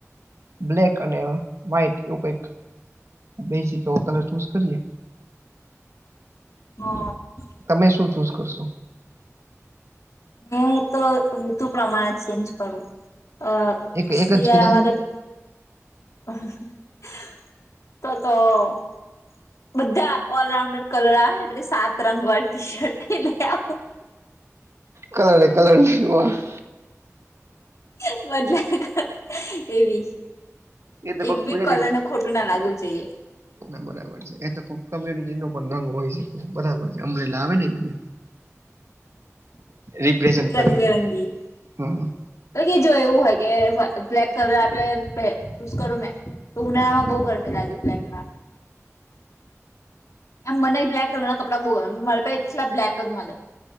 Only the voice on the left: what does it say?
હ.
હું તો ઋતુ પ્રમાણે જ ચેન્જ કરું અ
શિયાળામાં
<unintelligible> તો તો બધા ઓલરાઉન્ડર કલર આવેને, બધી સાતરંગ વાળી ટી શર્ટ, તે લે આવું.
<unintelligible> મજાક એવી.
એક
બી
કલર
ને, ખોટું ના લાગવું જોઈએ.
રંગબેરંગી.
તો એજ જો એવું હોય કે, બ્લેક કલર આપણે પે ચૂઝ કરું મે. તો ઉનાળામાં બો ગરમી લાગે, બ્લેકમાં. એમ મનેય બ્લેક કલર ના કપડા બો ગમે, મારા પાહે આખા બ્લેક જ મલે.